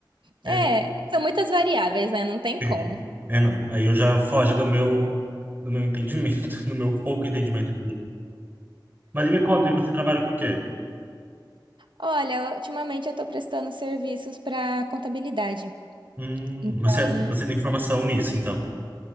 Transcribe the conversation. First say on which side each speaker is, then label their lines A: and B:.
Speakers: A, on the right; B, on the right.
A: É,
B: É,
A: são muitas variáveis, né? Não tem
B: sim.
A: como.
B: É não. Aí eu já foge do meu do meu entendimento, <laughs> do meu pouco entendimento. Mas me conta, e você trabalha com o quê?
A: Olha, ultimamente eu tô prestando serviços para contabilidade.
B: Hum,
A: Então,
B: você você tem formação nisso, então?